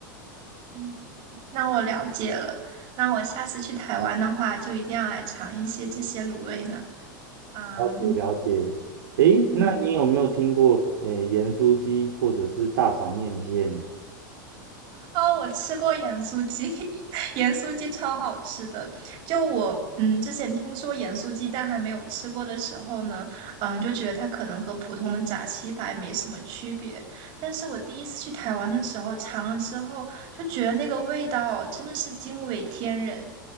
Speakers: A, on the right; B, on the right.
A: 嗯，那我了解了，那我下次去台湾的话，就一定要来尝一些这些卤味呢。嗯
B: 了解了解。诶，
A: 嗯，
B: 那你有没有听过诶盐酥鸡或者是大肠面线？
A: 哦，我吃过盐酥鸡，<laughs> 盐酥鸡超好吃的。就我，嗯，之前听说盐酥鸡，但还没有吃过的时候呢，嗯，就觉得它可能和普通的炸鸡排没什么区别。但是我第一次去台湾的时候尝了之后，就觉得那个味道真的是惊为天人。